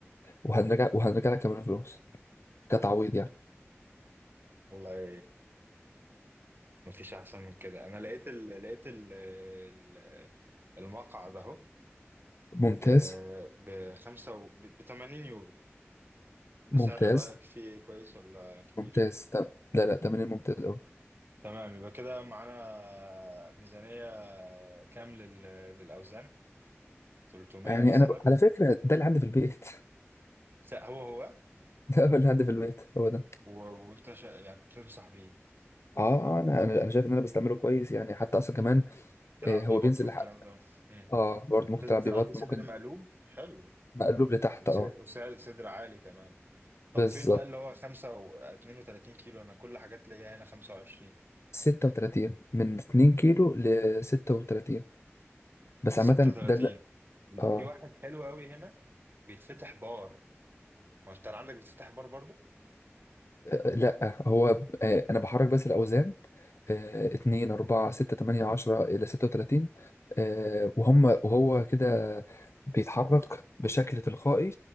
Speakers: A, on the left; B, on the right.
A: وهنرجع وهنرجع لك كمان فلوس كتعويض يعني
B: والله مفيش أحسن من كده أنا لقيت ال... لقيت ال... ال- المقعد أهو
A: ممتاز
B: ب ب 5 ب 80 يورو ده
A: ممتاز
B: سعر رأيك فيه كويس ولا كتير؟
A: ممتاز طب لا لا تمرين ممتاز قوي
B: تمام يبقى كده معانا ميزانية كام لل- للأوزان 300
A: يعني
B: مثلا
A: انا ب... على فكره ده اللي عندي في البيت <laughs>
B: س- هو هو
A: ده هو اللي عندي في البيت هو ده
B: و- وأنت شا... يعني تنصح بيه
A: اه اه انا انا أنا شايف ان انا بستعمله كويس يعني حتى اصلا كمان
B: تلعب
A: آه، هو
B: بيه بطن
A: بينزل
B: والكلام
A: لحق
B: ده مم.
A: اه برضه ممكن
B: لازم
A: تلعب
B: تلعب
A: بيه بطن
B: بيه صدر
A: ممكن
B: مقلوب حلو
A: مقلوب لتحت
B: وس...
A: اه
B: وسعر صدر عالي كمان طب
A: بالظبط
B: فين بقى اللي هو 5 و 32 كيلو أنا كل حاجات ليا هنا 25
A: ستة وتلاتين من اتنين كيلو لستة وتلاتين بس
B: ل
A: عامة
B: 36
A: ده لا اه
B: في واحد حلو قوي هنا بيتفتح بار وأنت اللي عندك بيتفتح بار برضو؟
A: آه، لا هو آه انا بحرك بس الاوزان آه اتنين اربعة ستة تمانية عشرة الى ستة وتلاتين آه وهم وهو كده بيتحرك بشكل تلقائي